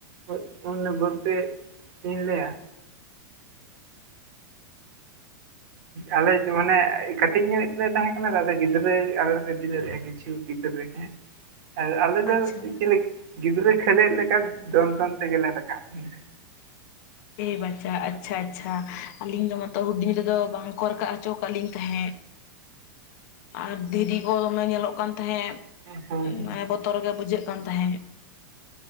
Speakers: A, on the right; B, on the left.
A: <unintelligible> <unintelligible> ᱪᱤᱱ ᱞᱮᱭᱟ᱾ ᱟᱞᱮ ᱢᱟᱱᱮ ᱠᱟᱹᱴᱤᱡ ᱧᱚᱜ ᱜᱮᱞᱮ ᱛᱟᱦᱮᱸ ᱠᱟᱱᱟ᱾ ᱟᱫ ᱜᱤᱫᱽᱨᱟᱹ ᱟᱞᱮ ᱫᱚ ᱠᱤᱪᱷᱩ ᱜᱤᱫᱽᱨᱟᱹ ᱨᱮ ᱟᱨ ᱟᱞᱮ ᱫᱚ
B: ᱟᱪᱪᱷᱟ
A: <unintelligible> ᱜᱤᱫᱽᱨᱟᱹ ᱠᱷᱮᱞᱮᱫ ᱞᱮᱠᱟ, ᱫᱚᱱ ᱫᱚᱱ ᱛᱮᱜᱮᱞᱮ ᱨᱟᱠᱟᱵ ᱮᱱᱟ᱾
B: ᱮ ᱵᱟᱪᱷᱟ ᱟᱪᱪᱷᱟ ᱟᱪᱪᱷᱟ, ᱟᱹᱞᱤᱧ ᱫᱚ ᱢᱟᱛᱚ ᱦᱩᱰᱤᱧ ᱨᱮᱫᱚ ᱵᱟᱝ ᱠᱚ ᱨᱟᱠᱟᱯ ᱦᱚᱪᱚ ᱟᱠᱟᱫ ᱞᱤᱧ ᱛᱟᱦᱮᱸᱫ᱾ ᱟᱨ ᱫᱷᱤᱨᱤ ᱠᱚ ᱫᱚᱢᱮ ᱧᱮᱞᱚᱜ ᱛᱟᱦᱮᱸᱫ,
A: ᱦᱮᱸ ᱦᱮᱸ
B: ᱢᱟᱱᱮ ᱵᱚᱛᱚᱨ ᱵᱚᱛᱚᱨ ᱜᱮ ᱵᱩᱡᱷᱟᱹᱣ ᱠᱟᱱ ᱛᱟᱦᱮᱸᱫ᱾